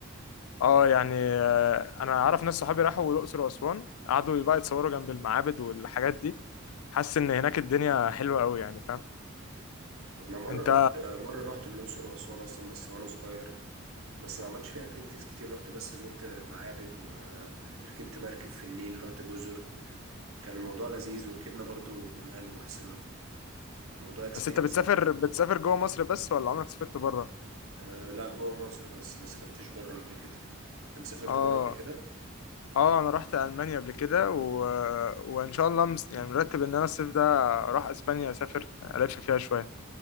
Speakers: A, on the left; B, on the right.
A: اه يعني آه انا اعرف ناس صحابي راحوا الاقصر واسوان قعدوا بقى يتصوروا جنب المعابد والحاجات دي حاسس ان هناك الدنيا حلوة قوي يعني فاهم
B: انا مره
A: انت
B: رحت مره رحت الاقصر واسوان اصلا بس وانا صغير بس ما عملتش فيها اكتيفيتيز كتير رحت بس زرت معابد وركبت مركب في النيل رحت جزر كان الموضوع لذيذ وركبنا برضو جمال وحصنة موضوع اكسبيرينس
A: بس انت بتسافر بتسافر جوه مصر بس ولا عمرك سافرت بره
B: أه لا جوه مصر بس ما سافرتش بره قبل كده انت سافرت
A: اه
B: بره قبل كده
A: اه انا رحت المانيا قبل كده و... وان شاء الله مس... يعني مرتب ان انا الصيف ده اروح اسبانيا اسافر الف فيها شويه